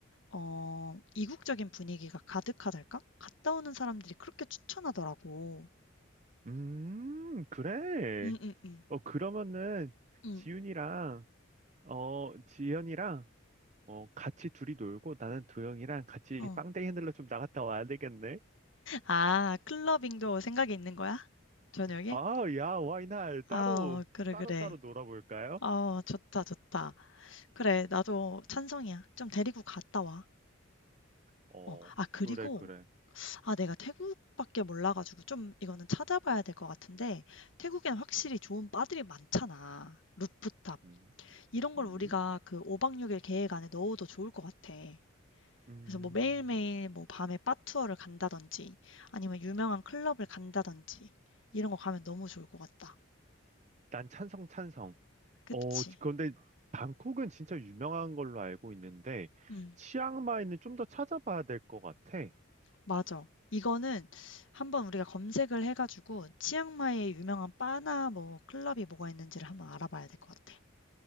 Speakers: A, on the left; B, on the right.
A: 어 이국적인 분위기가 가득하달까? 갔다 오는 사람들이 그렇게 추천하더라고.
B: 음, 그래.
A: 응응응,
B: 어, 그러면은
A: 응응응.
B: 지윤이랑 어, 지현이랑 어, 같이 둘이 놀고 나는 도영이랑 같이
A: 어.
B: 빵댕이 흔들러 좀 나갔다 와야 되겠네.
A: 아 클러빙도 생각이 있는 거야? 저녁에?
B: 아, 야, 와이날 따로
A: 아 그래,
B: 따로
A: 그래.
B: 따로 놀아볼까요?
A: 어 좋다, 좋다. 그래, 나도 찬성이야. 좀 데리고 갔다 와.
B: 어,
A: 어, 아, 그리고,
B: 그래 그래.
A: 아, 내가 태국밖에 몰라가지고 좀 이거는 찾아봐야 될 것 같은데, 태국엔 확실히 좋은 바들이 많잖아. 루프탑.
B: 음,
A: 이런 걸
B: 음,
A: 우리가 그 5박 6일 계획 안에 넣어도 좋을 것 같아.
B: 음,
A: 그래서 뭐 매일매일 뭐 밤에 바 투어를 간다든지, 아니면 유명한 클럽을 간다든지, 이런 거 가면 너무 좋을 것 같다.
B: 난 찬성 찬성.
A: 그치?
B: 어, 그런데 방콕은 진짜 유명한 걸로 알고 있는데
A: 음.
B: 치앙마이는 좀 더 찾아봐야 될 것 같아.
A: 맞아. 이거는 한번 우리가 검색을 해 가지고 치앙마이에 유명한 바나 뭐 클럽이 뭐가 있는지를 한번 알아봐야 될 것 같아.